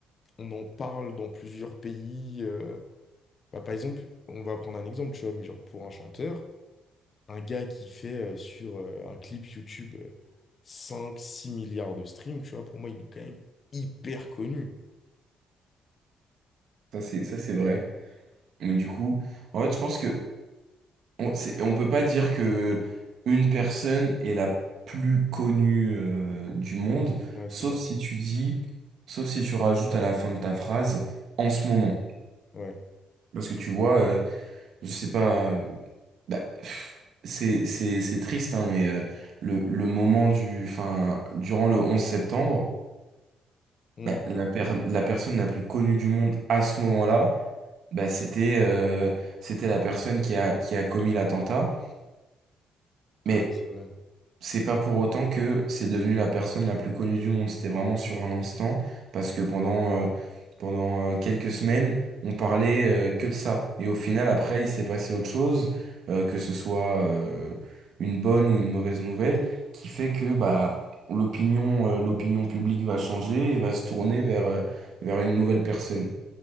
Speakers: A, on the left (about 45°); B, on the right (about 65°).
A: on en parle dans plusieurs pays. euh. Bah, par exemple, on va prendre un exemple, tu vois, mais genre pour un chanteur, un gars qui fait euh, sur euh, un clip YouTube euh, cinq six milliards de streams, tu vois, pour moi, il est quand même hyper connu.
B: Ça, c'est, ça, c'est vrai. Mais du coup, en fait, je pense que on, c'est- on peut pas dire que une personne est la plus connue, euh, du monde,
A: Ouais,
B: sauf
A: c'est vrai.
B: si tu dis, sauf si tu rajoutes à la fin de ta phrase en ce moment.
A: Ouais.
B: Parce que tu vois, euh, je sais pas, euh, bah, pff, c'est c'est c'est triste, hein, mais euh, le le moment du, enfin, durant le 11 septembre,
A: Mmh.
B: bah, la per- la personne la plus connue du monde à ce moment-là, bah, c'était euh, c'était la personne qui a qui a commis l'attentat. Mais
A: Ouais, c'est vrai.
B: C'est pas pour autant que c'est devenu la personne la plus connue du monde. C'était vraiment sur un instant, parce que pendant, euh, pendant euh, quelques semaines, on parlait euh, que de ça. Et au final, après, il s'est passé autre chose, euh, que ce soit euh, une bonne ou une mauvaise nouvelle, qui fait que bah l'opinion, euh, l'opinion publique va changer et va se tourner vers, euh, vers une nouvelle personne.